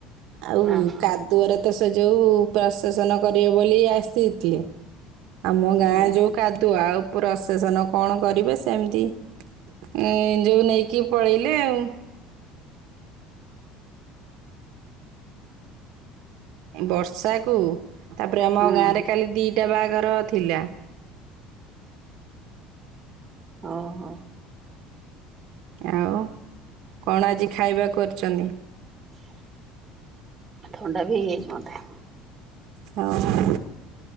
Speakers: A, on the right; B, on the right.
A: ଆଉ
B: ଓହୋ
A: କା ଦୁଅ ରେ ତ ସେ ଯୋଉ ପ୍ରଶାସନ କରିବେ ବୋଲି ଆସିଥିଲେ। ଆମ ଗାଁ
B: ଆଜ୍ଞା
A: ଯୋଉ କାଦୁଅ ଆଉ ପ୍ରସାସନ କଣ କରିବେ ସେମିତି ଏ ଯୋଉ ନେଇକି ପଳେଇଲେ ଆଉ। ବର୍ଷାକୁ ତାପରେ ଆମ
B: ହୁଁ।
A: ଗାଁରେ କାଲି ଦିଟା ବାହାଘର ଥିଲା।
B: ଓହ।
A: ଆଉ କଣ ଆଜି ଖାଇବାକୁ କରୁଛନ୍ତି?
B: ଥୋଣ୍ଡା ବି ହେଇ ଯାଇଛି ମତେ।
A: ହଁ।